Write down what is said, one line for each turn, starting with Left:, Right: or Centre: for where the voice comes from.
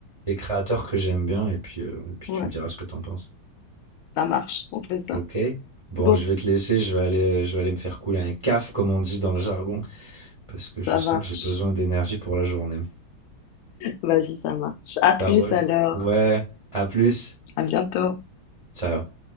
Right: les créateurs que j'aime bien et puis, euh, et puis
Left: Ouais,
Right: tu me diras ce que t'en penses.
Left: ça marche. On fait ça.
Right: Ok? Bon,
Left: Bon,
Right: je vais te laisser, je vais aller, euh, je vais aller me faire couler un caf, comme on dit dans le jargon, parce que je
Left: ça
Right: sens
Left: marche.
Right: que j'ai besoin d'énergie pour la journée.
Left: Vas-y, ça marche. À
Right: Ça
Left: plus
Right: roule?
Left: alors.
Right: Ouais, à plus.
Left: À bientôt.
Right: Ciao.